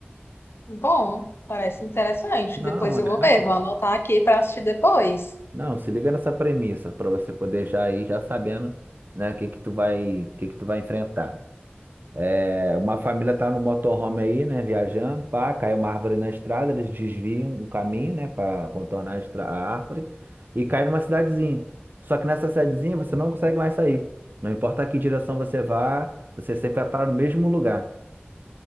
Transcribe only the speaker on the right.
Não,
é,
pô.
Não, se liga nessa premissa para você poder já ir já sabendo, né, o que que tu vai, o que que tu vai enfrentar. É, uma família tá no motorhome aí, né, viajando, pá, cai uma árvore na estrada, eles desviam o caminho, né, para contornar a, estra- a árvore e cai numa cidadezinha. Só que nessa cidadezinha você não consegue mais sair. Não importa que direção você vá, você sempre vai parar no mesmo lugar.